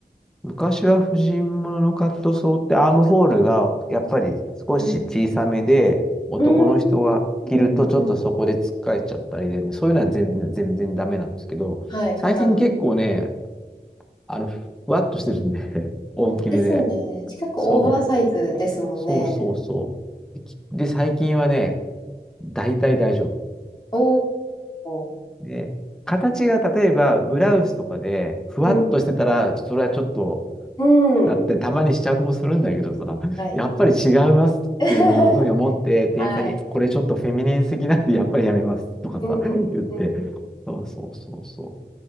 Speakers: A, in the centre; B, on the left (about 25°).
A: 昔は婦人物のカットソーってアームホールがやっぱり少し小さめで男の人が着るとちょっとそこでつっかえちゃったりで、
B: うん。うんうんうん。
A: そういうのは全然、全然ダメなんですけど、
B: はい、肩の。
A: 最近結構ね、あの、ふわっとしてるんで <laughs> 大きめで。
B: ですよね。近くオーバーサイズですもんね。
A: そう、そうそうそう。で、きで最近はね、大体大丈夫。
B: おー。
A: で、形が例えばブラウスとかでふわっとしてたら、
B: うん。
A: それはちょっと
B: うん。
A: だってたまに試着もするんだけどさ、<laughs>
B: はい。
A: やっぱり違いますっていうふうに思って、
B: <laughs>
A: 店員さんに、
B: はい。
A: これちょっとフェミニンすぎなんで、やっぱりやめますとかさ、
B: うんうんうん
A: <laughs> 言って。
B: うん。
A: そうそうそうそ